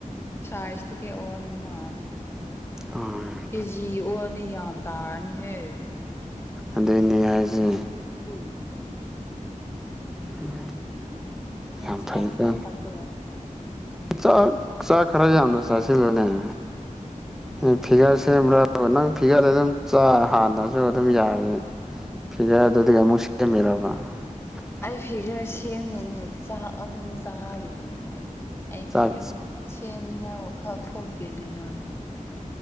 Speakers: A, on the left; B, in the centre.
A: ꯁꯥꯏꯁ ꯇꯒꯤ ꯑꯣꯟꯕ ꯃꯥꯜꯂꯦ꯫
B: ꯎꯝ꯫
A: ꯀꯦꯖꯤ ꯑꯣꯅꯤ ꯌꯥꯝ ꯇꯥꯔꯅꯤꯍꯦ꯫
B: ꯑꯗꯨꯏꯅꯦ ꯍꯥꯏꯁꯦ꯫
A: ꯎꯝ ꯍꯝ
B: ꯑꯝ ꯑꯝ
A: ꯅꯦꯟꯁꯥꯗꯨꯅ
B: ꯌꯥꯝ ꯐꯩꯗ꯫
A: ꯐꯠꯇ꯭ꯔꯣ
B: ꯆꯥꯛ ꯆꯥꯛ ꯈꯔ ꯌꯥꯝꯅ ꯆꯥꯁꯤꯜꯂꯨꯅꯦ ꯫ ꯎꯝ ꯐꯤꯒꯔ ꯁꯦꯝꯕ꯭ꯔꯥꯕꯨ ꯅꯪ ꯐꯤꯒꯔꯗꯨ ꯑꯗꯨꯝ ꯆ ꯍꯥꯟꯅꯁꯨ ꯑꯗꯨꯝ ꯌꯥꯏ꯫ ꯐꯤꯒꯔꯗꯨꯗꯒꯤ ꯑꯃꯨꯛ ꯁꯦꯝꯃꯤꯔꯕ꯫ ꯎ <unintelligible>
A: ꯑꯩ ꯐꯤꯒꯔ ꯁꯦꯝꯃꯦꯅꯦ ꯆꯥꯛ ꯑꯗꯨꯝ ꯆꯥꯔꯤꯅꯤꯅꯦ ꯑꯩ ꯑꯩ
B: ꯆꯥꯛ
A: ꯐꯤꯒꯔ ꯁꯦꯝꯅꯤꯡꯉꯥꯏ ꯋꯥꯈꯜ ꯊꯣꯛꯇꯦꯅꯦ ꯅꯣꯏꯕꯨ꯫